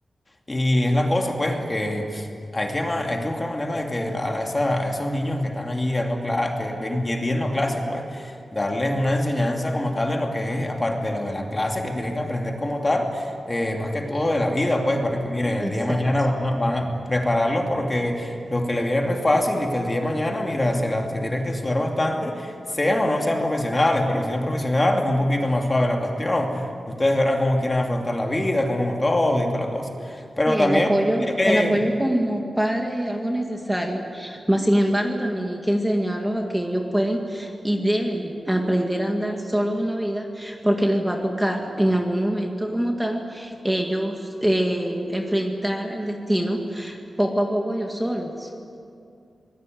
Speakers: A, on the left; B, in the centre.
A: Y es la cosa, pues, que hay que, ma- hay que buscar manera de que a, la- esa- a esos niños que están allí dando clases, que ven y viendo clases, pues, darles una enseñanza como tal de lo que es, aparte de lo de la clase, que tienen que aprender como tal, eh, más que todo de la vida,
B: Sí,
A: pues, para que miren,
B: Exacto.
A: el día de mañana van a, van a prepararlos porque lo que le viene no es fácil y que el día de mañana, mira, se, la, se tienen que sudar bastante, sean o no sean profesionales, pero si son profesionales es un poquito más suave la cuestión. Ustedes verán cómo quieren afrontar la vida, cómo todo y toda la cosa. Pero
B: Sí, el
A: también,
B: apoyo,
A: eh,
B: el apoyo como padres es algo necesario, mas sin embargo también hay que enseñarlos a que ellos pueden y deben aprender a andar solos en la vida porque les va a tocar en algún momento como tal ellos eh, enfrentar el destino poco a poco ellos solos.